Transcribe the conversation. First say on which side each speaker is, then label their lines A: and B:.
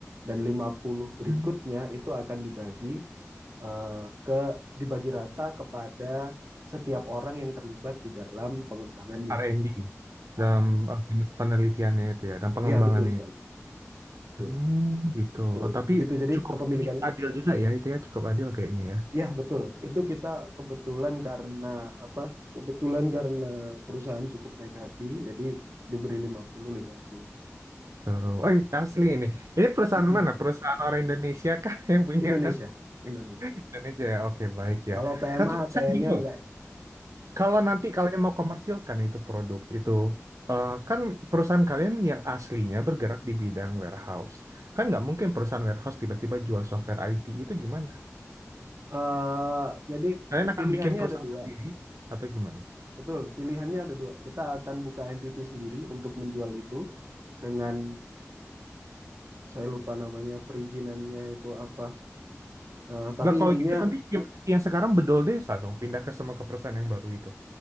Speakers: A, on the right; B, on the right.
A: Dan 50 berikutnya
B: Hmm.
A: itu akan dibagi eh, ke dibagi rata kepada setiap orang yang terlibat di dalam pengembangannya.
B: R&D
A: Sama.
B: dalam eh, pen- penelitiannya itu ya, dan pengembangannya
A: Iya, betul sekali.
B: itu.
A: Betul.
B: Hmm, gitu.
A: Betul.
B: Oh, tapi
A: Begitu jadi
B: cukup
A: kepemilikannya.
B: ini adil juga ya itu ya, cukup adil kayaknya ya.
A: Iya, betul. Itu kita kebetulan karena apa? Kebetulan karena perusahaan cukup baik hati, jadi diberi 50 50.
B: Terus, oh asli ini. Ini perusahaan
A: Hmm.
B: mana? Perusahaan orang Indonesia kah yang punya
A: Indonesia, Indonesia.
B: <laughs> Indonesia ya? Oke, baik ya.
A: Kalau PMA
B: Nah, tapi
A: kayaknya
B: saya bingung.
A: enggak.
B: Kalau nanti kalian mau komersilkan itu produk itu, eh, kan perusahaan kalian yang aslinya bergerak di bidang warehouse. Kan nggak mungkin perusahaan warehouse tiba-tiba jual software IT itu gimana?
A: Eh, jadi
B: Kalian akan
A: pilihannya
B: bikin perusahaan
A: ada dua,
B: sendiri atau gimana?
A: betul. Pilihannya ada dua. Kita akan buka entity sendiri untuk menjual itu dengan saya lupa namanya perizinannya itu apa. Eh, tapi
B: Lah kalau
A: intinya
B: gitu nanti yang sekarang bedol desa dong, pindah ke semua ke perusahaan yang baru itu.